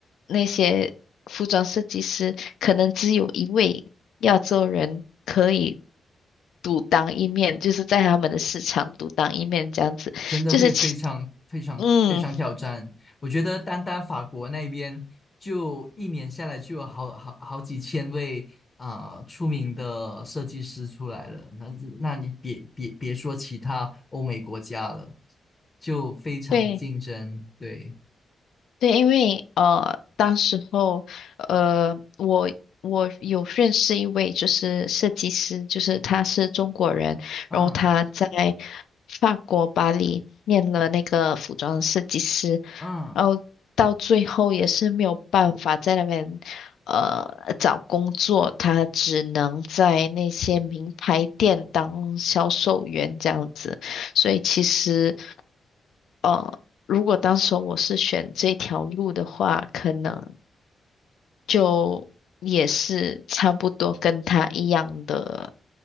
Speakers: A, on the left; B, on the left.
A: 那些服装设计师，可能只有一位亚洲人可以独当一面，就是在他们的市场独当一面这样子，
B: 真的会非常非常非常挑战。
A: 就是其嗯，
B: 我觉得单单法国那边就一年下来就有好好好几千位啊、出名的设计师出来了，那那你别别别说其他欧美国家了，就非常的竞争。
A: 对。
B: 对，
A: 对，因为呃，当时候呃，我我有认识一位就是设计师，就是他是中国人，
B: 嗯
A: 然后他在法国巴黎念了那个服装设计师，
B: 嗯。
A: 然后到最后也是没有办法在那边呃找工作，他只能在那些名牌店当销售员这样子，所以其实。呃，如果当时我是选这条路的话，可能就也是差不多跟他一样的